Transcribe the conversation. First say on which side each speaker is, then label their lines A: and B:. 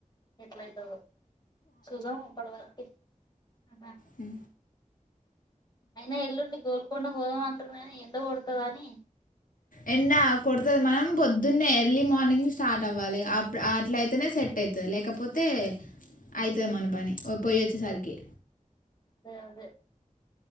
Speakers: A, on the left; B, on the left.
A: ఎట్లయితదొ చూద్దాం అప్పటి వరకు ఆహా
B: మ్
A: అయినా ఎల్లుండి గోల్కొండ పోదామంటురు కానీ ఎండ కొడతాదని
B: ఎండ కొడతది మనం పొద్దున్నే ఎర్లీ మార్నింగ్ స్టార్ట్ అవ్వాలి అప్పు అట్ల అయితేనే సెట్ అయితది లేకపోతే అయితది మన పని ఓ పోయి వచ్చేసరికి
A: అదే అదే